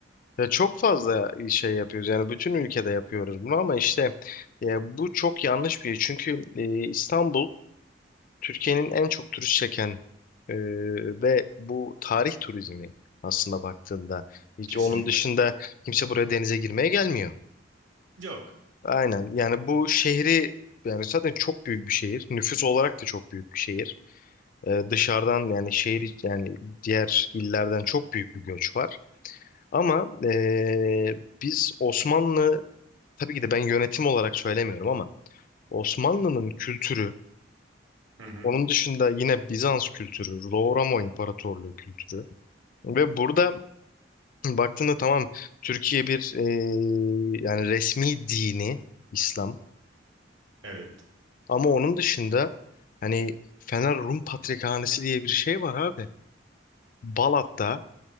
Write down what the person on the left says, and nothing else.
Ya çok fazla e, şey yapıyoruz yani bütün ülkede yapıyoruz bunu ama işte e, bu çok yanlış bir şey. Çünkü e, İstanbul Türkiye'nin en çok turist çeken e, ve bu tarih turizmi aslında baktığında hiç
onun dışında kimse buraya denize girmeye gelmiyor.
Aynen yani bu şehri yani zaten çok büyük bir şehir. Nüfus olarak da çok büyük bir şehir. E, dışarıdan yani şehir yani diğer illerden çok büyük bir göç var. Ama e, biz Osmanlı Tabii ki de ben yönetim olarak söylemiyorum ama Osmanlı'nın kültürü,
onun dışında yine Bizans kültürü, Doğu Roma İmparatorluğu kültürü ve burada <clears throat> baktığında tamam Türkiye bir e, yani resmi dini İslam
ama onun dışında hani Fener Rum Patrikhanesi diye bir şey var abi. Balat'ta